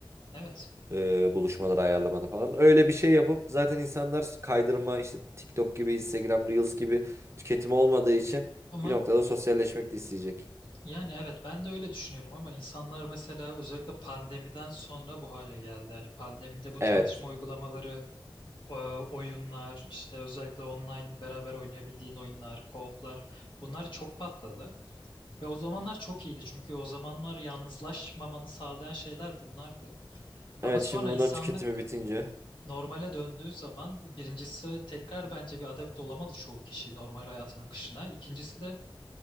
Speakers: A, on the left (about 65°); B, on the right (about 30°).
A: Evet.
B: e, buluşmaları ayarlamada falan. Öyle bir şey yapıp zaten insanlar kaydırma işte TikTok gibi Instagram Reels gibi tüketimi olmadığı için
A: Ama
B: bir noktada sosyalleşmek de isteyecek.
A: yani evet ben de öyle düşünüyorum ama insanlar mesela özellikle pandemiden sonra bu hale geldi. Yani pandemide bu
B: Evet.
A: tanışma uygulamaları e, oyunlar işte özellikle online beraber oynayabildiğin oyunlar, co-op'lar bunlar çok patladı. Ve o zamanlar çok iyiydi çünkü o zamanlar yalnızlaşmamanı sağlayan şeyler bunlardı. Ama
B: Evet
A: sonra
B: şimdi bunların
A: insanlık
B: tüketimi bitince.
A: normale döndüğü zaman birincisi tekrar bence bir adapte olamadı çoğu kişi normal hayatın akışına. İkincisi de